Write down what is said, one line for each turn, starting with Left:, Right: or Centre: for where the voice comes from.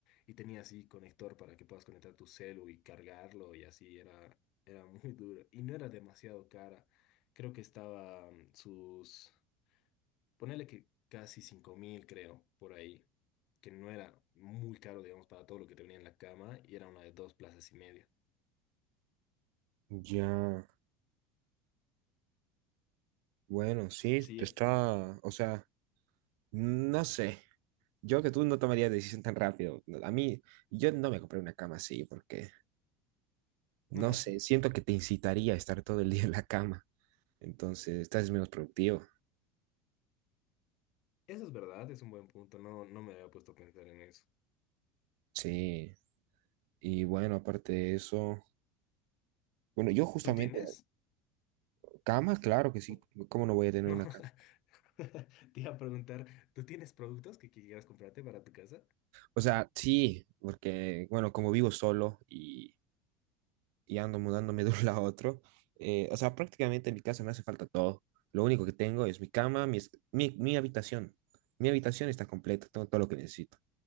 Left: Y tenía así conector para que puedas conectar tu celu y cargarlo y así era, era muy duro. Y no era demasiado cara. Creo que estaba mm, sus... Ponerle que casi cinco mil, creo, por ahí, que no era muy caro, digamos, para todo lo que te venía en la cama y era una de dos plazas y media.
Right: Ya, bueno, sí,
Left: Sí,
Right: te
Left: era.
Right: está, o sea, no sé, yo que tú no tomarías decisión tan rápido. A mí, yo no me compré una cama así porque, no
Left: <laughs>
Right: sé, siento que te incitaría a estar todo el día en la cama. Entonces, estás menos productivo.
Left: Eso es verdad, es un buen punto, no, no me había puesto a pensar en eso.
Right: Sí. Y bueno, aparte de eso, bueno, yo justamente,
Left: ¿Tú tienes?
Right: cama, claro que sí.
Left: O-
Right: ¿Cómo no voy a tener
Left: No,
Right: una
Left: <laughs>
Right: cama?
Left: te iba a preguntar, ¿tú tienes productos que quieras comprarte para tu casa?
Right: O sea, sí, porque, bueno, como vivo solo y, y ando mudándome <laughs> de un lado a otro, eh, o sea, prácticamente en mi casa me hace falta todo. Lo único que tengo es mi cama, mi, es- mi, mi habitación. Mi habitación está completa, tengo todo lo que necesito.